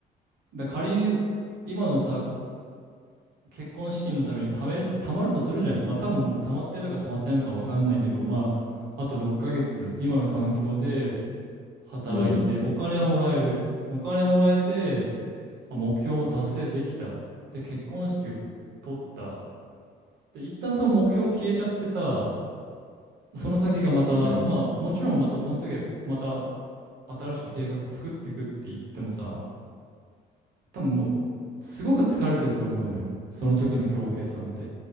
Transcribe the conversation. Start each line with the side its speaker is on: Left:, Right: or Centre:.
Right: だから仮に今のさ結婚資金のために貯めると、貯まるとするじゃん。まあ多分もう貯まってるのか貯まってないのか分かんないけど、まああと6ヶ月、今の環境で働いて、
Left: うん、
Right: お金はもらえる。お金もらえて、あ目標も達成できた。で、結婚式を取った。で、一旦その目標消えちゃってさ、その先がまた、
Left: うん、
Right: まあもちろんまたその時はまた新しく計画作ってくって言ってもさ、多分もう、すごく疲れてると思うのよ。その時の恭平さんって。